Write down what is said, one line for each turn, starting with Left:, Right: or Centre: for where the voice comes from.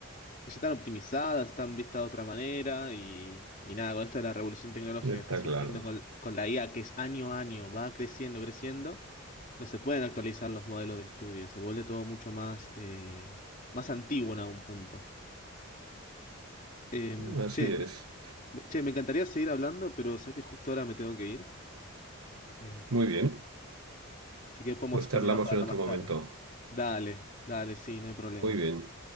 Left: que ya están optimizadas, están vistas de otra manera y, y nada, con esto de la revolución tecnológica
Right: Está
Left: que está surgiendo
Right: claro.
Left: con, con la IA, que es año a año, va creciendo, creciendo, no se pueden actualizar los modelos de estudio, se vuelve todo mucho más, eh, más antiguo en algún punto. Em,
Right: Así
Left: che,
Right: es.
Left: che, me encantaría seguir hablando, pero sé que justo ahora me tengo que ir. Eh,
Right: Muy bien.
Left: así que podemos
Right: Pues
Left: coordinar
Right: charlamos
Left: para
Right: en
Left: hablar
Right: otro
Left: más
Right: momento.
Left: tarde. Dale, dale, sí, no hay problema.
Right: Muy bien.